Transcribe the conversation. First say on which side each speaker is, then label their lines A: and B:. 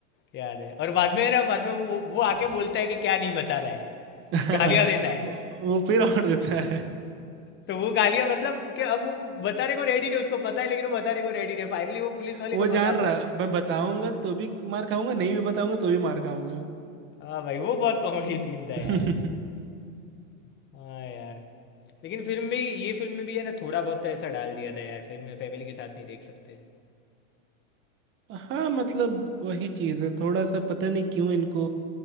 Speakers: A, on the left (about 30°); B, on the right (about 30°).
A: याद है और बाद में है ना बाद में वो वो आके बोलता है कि क्या नहीं बता रहा है
B: <laughs>
A: गालियां देता है
B: वो फिर और देता है
A: तो वो गालियां मतलब कि अब वो बताने को रेडी नहीं उसको पता है लेकिन वो बताने को रेडी नहीं फाइनली वो पुलिस वाले
B: वो
A: को बताता
B: जान रहा
A: है
B: मैं बताऊंगा तो भी मार खाऊंगा नहीं भी बताऊंगा तो भी मार खाऊंगा
A: हाँ भाई वो बहुत कॉमेडी सीन था
B: <laughs>
A: यार हाँ यार लेकिन फिल्म में ये फिल्म में भी है ना थोड़ा बहुत तो ऐसा डाल दिया था यार फिल्म में फैमिली के साथ नहीं देख सकते
B: हाँ मतलब वही चीज है थोड़ा सा पता नहीं क्यों इनको